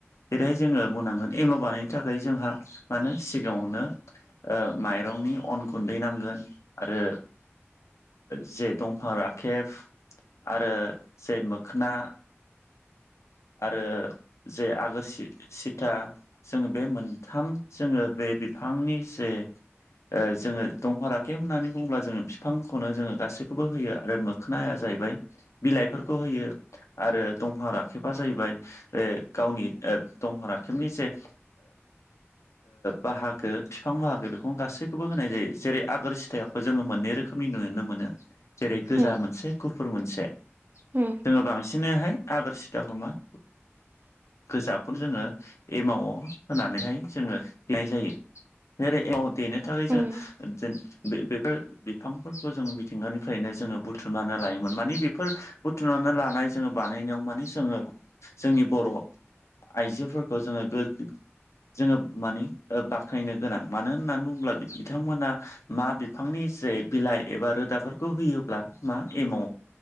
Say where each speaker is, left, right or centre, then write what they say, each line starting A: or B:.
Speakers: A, on the left; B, on the right.
A: जेरैहाय जोङो बुंनांगोन एमाव बायनो थाखाय जोंहा मानो सिगांङावनो माइ रंनि अन गुन्दै नांगोन आरो जे दंफां राखेब आरो जे मोखोना आरो जे आगोर सि सिथा जोङो बे मोनथाम जोङो बे बिफांनि जे जोङो दंफां राखेबा होननानै बुङोब्ला जोङो फिफांखौनो जोङो गासैखौबो होयो आरो खोनाया जाहैबाय बिलाइफोरखौ होयो आरो दंफां राखेब जाहैबाय बे गावनि दंफां राखेबनि जे बाहागो फिफां बाहागो बेखौनो गासैखौबो होनाय जायो जेरै आगोर सिथायाव खौ जोङो मोननै रोखोमनि नुनो मोनो। जेरै गोजा
B: उम
A: मोनसे गुफुर मोनसे
B: उम
A: जोङो बांसिनैहाय आगोर सि <unintelligible> गोजाखौ जोङो एमाव होननानैहाय जोङो गनाय जायो। <unintelligible> एमाव देनो थाखाय
B: उम
A: जों बे बेफोर बिफांफोरखौ जों मिथिंगानिफ्रायनो जोङो बुथुमनानै लायोमोन मानसि बेफोर बुथुनावनो लानाय जोङो बानायनायाव माने जोङो जोंनि बर' आइजोफोरखौ जोङो गो जोङो माने ओ बाख्नायनो गोनां मानो होननानै बुङोब्ला बिथांमोना मा बिफांनि जे बिलाइ एबा रोदाफोरखौ होयोब्ला मा एमाव